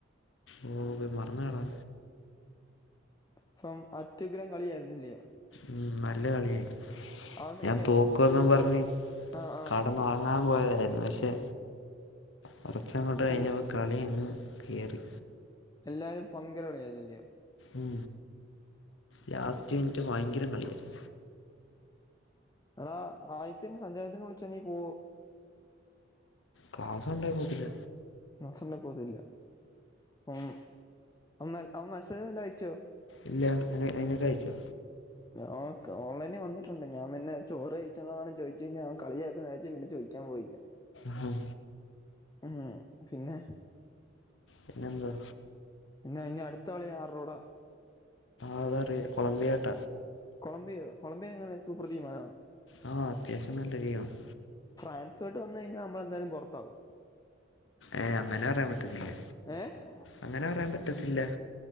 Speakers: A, on the left; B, on the left.
A: ഓ ഇപ്പേ മറന്ന് കളാ
B: അപ്പം അത്യുഗ്രം കളിയായിരുന്നില്ലയോ
A: ഉം നല്ല കളിയായിര്ന്നു
B: അവസ
A: ഞാൻ
B: ഈ
A: തോക്കു എന്നും പറഞ്ഞ്
B: ആഹ് ആഹ്
A: കടന്ന് ഒ ങ്ങാൻ പോയതായിര്ന്നു പക്ഷേ കൊറച്ച് അങ്ങോട്ട്
B: അപ്പം
A: കഴിഞ്ഞപ്പോ കളി അങ്ങ് കേറി
B: എല്ലാരും പങ്കരാ കളിയായിരുന്നില്ലയോ?
A: ഉം ലാസ്റ്റ് മിൻറ്റ് ഭയങ്കരം കളിയായിരുന്നു
B: എടാ ആദിത്യന് സഞ്ചയനത്തിന് വിളിച്ചാ നീ പോവോ?
A: ക്ലാസ് ഒണ്ടെ പോകത്തില്ല
B: ക്ലാസ് ഉണ്ടെ പോകത്തില്ല അപ്പം അവൻ അവൻ മേസെജ് വല്ലോം അയച്ചോ?
A: ഇല്ലാ അന അനക്ക് അയച്ചോ?
B: ഓ ക്ക് ഓൺലൈനിൽ വന്നിട്ടുണ്ട് ഞാ പിന്നെ ചോറ് കഴിച്ചെടാന്ന് ചോദിച്ച് കഴിഞ്ഞാ അവെന് കളിയ്ക്കുംന്ന് വിചാരിച്ച് പിന്നെ ചോ ക്കാൻ പോയി ഇല്ല
A: ഹും
B: ഉം പിന്നെ
A: പിന്നെന്ത?
B: പിന്നെ ഇനി അടുത്ത കളി ആരടകൂട
A: ആതറയാം കൊളംബിയാട്ട
B: കൊളംബിയോ കൊളംബിയോ എങ്ങനെ സൂപ്പർ ടീമാണോ?
A: ആ അത്യാവശ്യം നല്ല ടീമാണ്
B: ഫ്രൻസോയ്ട്ട് വന്ന് കഴിഞ്ഞാ നമ്മളെന്താലും പുറത്താവും.
A: ഏ അങ്ങനെ പറയാൻ പറ്റത്തില്ല.
B: ഏ?
A: അങ്ങനെ പറയാൻ പറ്റത്തില്ല.